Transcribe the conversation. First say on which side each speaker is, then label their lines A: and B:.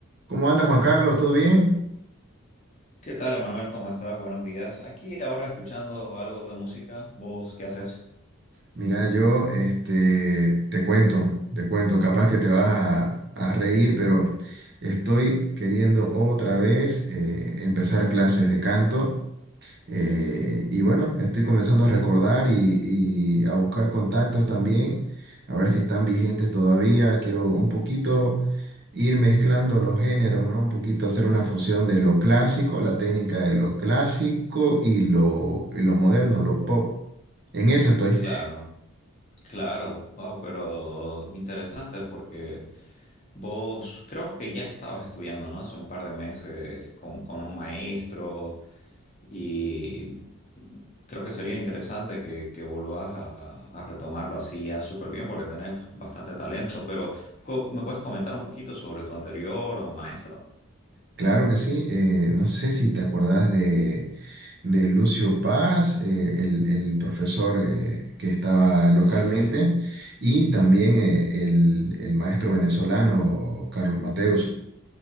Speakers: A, on the right; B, on the left.
A: ¿Cómo anda Juan Carlos? ¿Todo bien?
B: ¿Qué tal, Emanuel? ¿Cómo estás? Buenos días. Aquí ahora escuchando algo de música. ¿Vos qué haces?
A: Mira, yo este, te cuento, te cuento, capaz que te vas a, a reír, pero estoy queriendo otra vez eh, empezar clases de canto. Eh, y bueno, estoy comenzando a recordar y, y a buscar contactos también, a ver si están vigentes todavía. Quiero un poquito ir mezclando los géneros, ¿no? Un poquito hacer una fusión de lo clásico, la técnica de lo clásico y lo, y lo moderno, lo pop. En eso estoy.
B: Claro, claro, wow, pero interesante porque vos creo que ya estabas estudiando, ¿no? Hace un par de meses con, con un maestro y creo que sería interesante que, que volvás a, a retomarlo así ya súper bien porque tenés bastante talento, pero co- ¿me puedes comentar un poquito sobre tu anterior o maestro?
A: Claro que sí. eh, no sé si te acordás de, de Lucio Paz, eh, el, el profesor eh, que estaba localmente,
B: Sí, sí.
A: y también eh, el, el maestro venezolano Carlos Mateus.